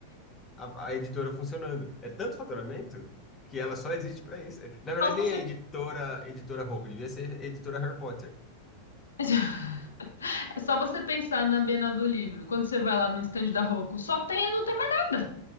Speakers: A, on the left; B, on the left.
A: a, a editora funcionando. É tanto faturamento que ela só existe para isso. Na verdade,
B: Só você.
A: nem é editora, editora Roku, devia ser editora Harry Potter
B: <laughs> É só você pensar na Bienal do Livro, quando você vai lá no estande da Rocco, só tem e não tem mais nada.